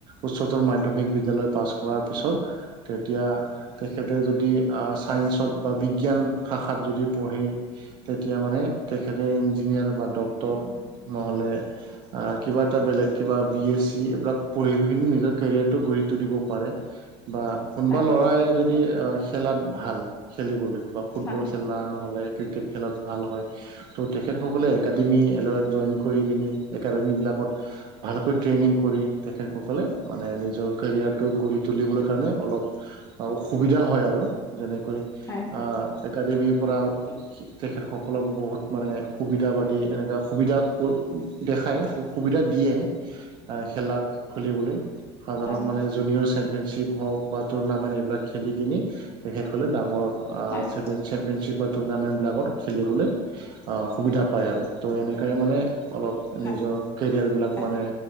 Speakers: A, on the right; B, on the left.
A: উচ্চতৰ মাধ্যমিক বিদ্যালয় পাছ কৰাৰ পিছত তেতিয়া তেখেতে যদি আ ছাইন্সত বা বিজ্ঞান শাখাত যদি পঢ়ে। তেতিয়া মানে তেখেতে ইঞ্জিনিয়াৰ বা ডক্তৰ নহ'লে আ কিবা এটা বেলেগ কিবা বি এছ চি এইবিলাক পঢ়ি পিনি নিজৰ কেৰিয়াৰটো গঢ়ি তুলিব পাৰে। বা কোনোবা
B: হয়
A: ল'ৰাই যদি অ, খেলাত ভাল খেলিবলে বা ফুটবল
B: হয়
A: খেলা নহ'লে ক্ৰিকেট খেলাত ভাল হয় ত' তেখেতসকলে একাডেমী ল'ৰাক জইন কৰি কিনি একাডেমীবিলাকত ভালকৈ ট্ৰেইনিং কৰি তেখেতসকলে মানে নিজৰ কেৰিয়াৰটো গঢ়ি তুলিবৰ কাৰণে অলপ অসুবিধা হয় আৰু যেনেকৈ
B: হয়
A: আ একাডেমীৰ পৰা তেখেতসকলক বহুত মানে সুবিধাবাদ দি এনেকুৱা সুবিধা দেখায় সুবিধা দিয়ে। আ খেলা খেলিবলৈ সাধাৰণ
B: হয়
A: মানে জুনিয়ৰ চেম্পিয়নশ্বিপ হওক বা টুৰ্ণামেণ্ট এইবিলাক খেলি কিনি তেখেতসকলে ডাঙৰ আ
B: হয়
A: চেম্প চেম্পিয়নশ্বিপৰ টুৰ্ণামেণ্টবিলাকত খেলিবলৈ আ সুবিধা পায় আৰু। টো এনেকাই মানে অলপ
B: হয়
A: নিজৰ কেৰিয়াৰবিলাক
B: হয়
A: মানে